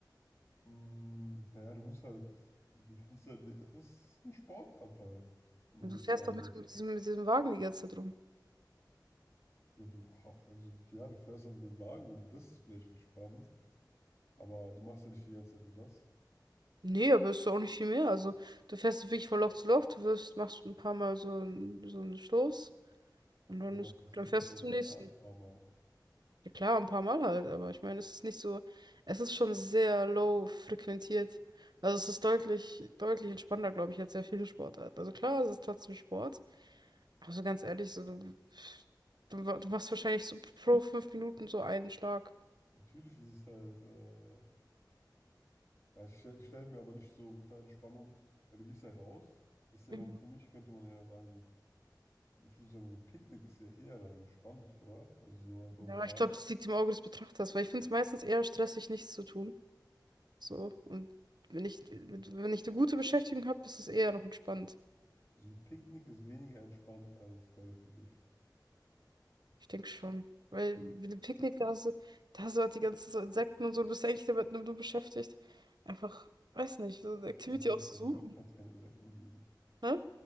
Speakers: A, on the left; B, on the right.
A: Mm, Naja, du musst halt die ganze Zeit, es ist eine Sportart halt, am Ende
B: Und Du fährst
A: des Tages.
B: doch mit, mit diesem, mit diesem Wagen die ganze Zeit rum.
A: Ja, du, ha- also, ja, du fährst halt mit dem Wagen rum, das ist vielleicht entspannt, aber du machst ja nicht die ganze Zeit nur das.
B: Nee, aber ist doch auch nicht viel mehr. Also, du fährst wirklich von Loch zu Loch, du wirfst, machst ein paar Mal so, ein- so einen Stoß und
A: Und
B: dann
A: du machst
B: ist gut,
A: zum Schluss
B: dann fährst
A: wahrscheinlich
B: du zum
A: mehr
B: nächsten.
A: als ein paar Mal.
B: Ja klar, ein paar Mal halt, aber ich meine, es ist nicht so, es ist schon sehr low frequentiert. Also es ist deutlich, deutlich entspannter, glaube ich, als sehr viele Sportarten. Also klar, es ist trotzdem Sport, aber so ganz ehrlich, so, du, du, wa- du machst wahrscheinlich so pro fünf Minuten so einen Schlag.
A: Natürlich ist es halt, äh, ja, ich, stell- ich stelle mir aber nicht so unter Entspannung, weil du gehst ja raus. Das ist ja
B: Mhm.
A: dann, für mich könnte man ja sagen, so ein, ich würde sagen, so ein Picknick ist ja eher dann entspannt, oder? Also so einfach im
B: Ja, aber
A: Park.
B: ich glaube, das liegt im Auge des Betrachters, weil ich finde es meistens eher stressig, nichts zu tun. So, und wenn ich, wenn ich eine gute Beschäftigung habe, ist es eher noch entspannt.
A: So ein Picknick ist weniger entspannt als Golf für dich.
B: Ich denke schon. Weil mit dem Picknick, da hast du, da hast du halt die ganzen so Insekten und so, du bist ja eigentlich damit nur beschäftigt. Einfach, weiß nicht, so eine Activity
A: Warum soll
B: auszusuchen.
A: es beim Golfplatz keine Insekten geben?
B: Hä?